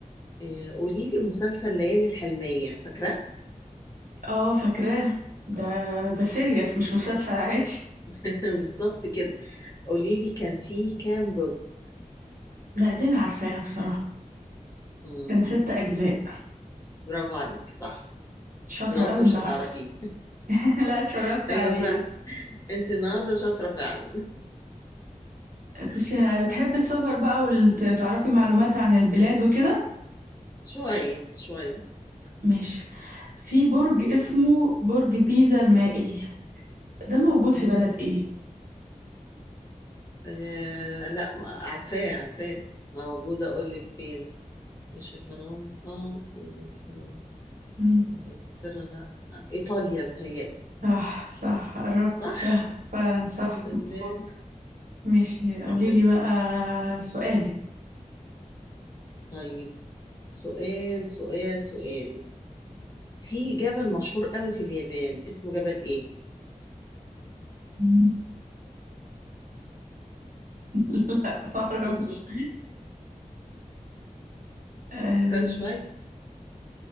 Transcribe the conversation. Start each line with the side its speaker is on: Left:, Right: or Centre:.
Left: آه، قولي لي مسلسل ليالي الحلمية فاكرة؟
Right: اه فاكراه ده ده سيريس مش مسلسل عادي
Left: <laughs> بالظبط كده قولي لي كان فيه كام جزء؟
Right: لا دي انا عارفاها بصراحة
Left: مم.
Right: كان ست اجزاء
Left: برافو عليك صح
Right: شاطرة
Left: انا قلت
Right: قوي
Left: مش
Right: النهاردة
Left: هتعرفيه
Right: <laughs> لا اتفرجت
Left: <laughs> ايوه
Right: عليه
Left: فعلا
Right: ده
Left: انت النهارده شاطره فعلا <laughs>
Right: بصي ه- بتحبي السفر بقى والت- وتعرفي معلومات عن البلاد وكده
Left: شويه شويه
Right: ماشي في برج اسمه برج بيزا المائل ده موجود
Left: مم.
Right: في بلد ايه
Left: آه لا ما عارفاه عارفاه موجوده اقول لك فين مش في فرنسا مش في
Right: مم.
Left: انجلترا لا ايطاليا بتهيألي
Right: صح صح قربت
Left: صح
Right: صح فعلا صح
Left: الحمد لله
Right: مظبوط ماشي قولي
Left: الحمد لله
Right: لي بقى سؤالك
Left: طيب سؤال سؤال سؤال في جبل مشهور قوي في اليابان اسمه جبل ايه
Right: <laughs> لا ما اعرفش
Left: <laughs>
Right: آه،
Left: فكري شويه